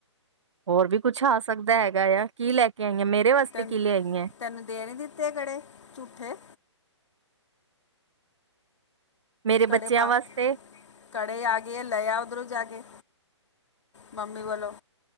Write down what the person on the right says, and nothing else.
ਹੋਰ ਵੀ ਕੁੱਛ ਆ ਸਕਦਾ ਹੈਗਾ ਆ ਕੀ ਲੈ ਕੇ ਆਈ ਆਂ ਮੇਰੇ ਵਾਸਤੇ
ਕੀ ਲੈ ਆਈ ਹੈ?
ਮੇਰੇ
ਬੱਚਿਆਂ
ਵਾਸਤੇ